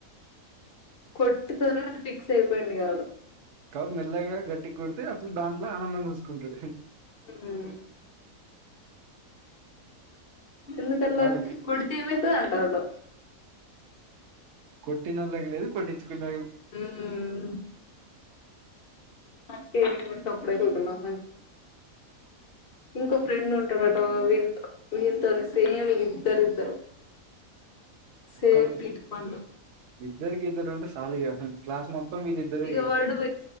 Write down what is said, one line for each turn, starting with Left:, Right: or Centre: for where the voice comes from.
Left: కొట్టుతారా అది ఫిక్స్ అయిపోయిండు ఆడు
Right: కాదు మెల్లగా గట్టిగా కొడితే అసలు దాంట్లో ఆనందం చూసుకుంటాడు
Left: ఉ ఎందుకట్లా
Right: వాడు వి-
Left: కొడితే ఏమైతది అంటాండు
Right: కొట్టినోళ్లకు లేదు కొట్టించుకున్న
Left: హమ్ అందుకే నేను కూడా సప్పుడేక ఉకున్న ఇంకో ఫ్రెండ్ ఉంటాడట వీ వీతోనే సేమ్ ఇద్దరు ఇద్దరు సేమ్
Right: ఒక్కడు
Left: పీటీ పనులు
Right: ఇద్దరికి ఇద్దరు ఉంటే సాలు ఇగ క్లాస్ మొత్తం వీళ్ళిద్దరే
Left: ఇక
Right: ఇగ
Left: వాడు